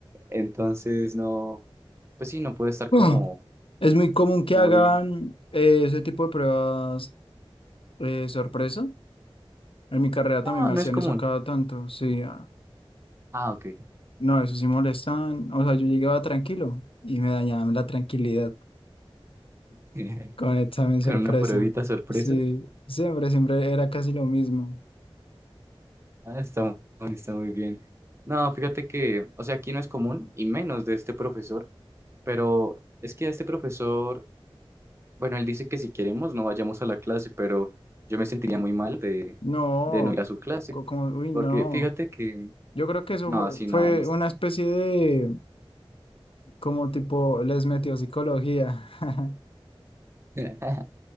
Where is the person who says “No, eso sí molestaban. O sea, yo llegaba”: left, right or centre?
Left